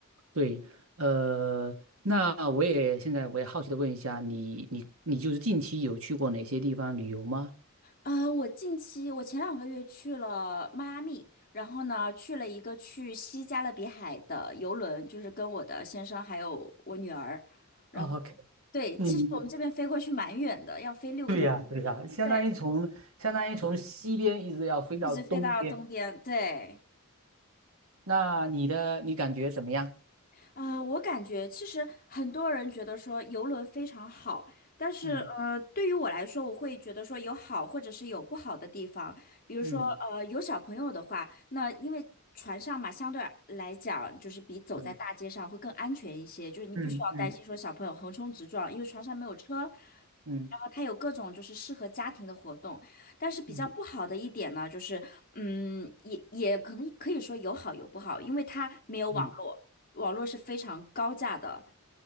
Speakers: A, on the right; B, on the left.
A: 对，呃，那我也现在我也好奇的问一下，你你你就是近期有去过哪些地方旅游吗？
B: 呃，我近期我前两个月去了迈阿密，然后呢去了一个去西加勒比海的游轮，就是跟我的先生还有我女儿，然后
A: OK，
B: 对，
A: 嗯，
B: 其实我们这边飞过去蛮远的，要飞六个多小时，
A: 对呀，对呀，相当于从相当于从西边一直要飞到东边，
B: 对，一直飞到东边，对。
A: 那你的你感觉怎么样？
B: 啊，我感觉其实很多人觉得说游轮非常好，但是呃，
A: 嗯
B: 对于我来说，我会觉得说有好或者是有不好的地方。比如说呃，
A: 嗯
B: 有小朋友的话，那因为船上嘛，相对来讲就是比走在大街上会更安全一些，
A: 嗯
B: 就是你不需要担心说小朋友横冲直撞，
A: 嗯嗯嗯
B: 因为船上没有车。
A: 嗯
B: 然后它有各种就是适合家庭的活动，但是比较不好的一点呢，
A: 嗯
B: 就是嗯，也也可能可以说有好有不好，因为它没有网络。
A: 嗯。
B: 网络是非常高价的，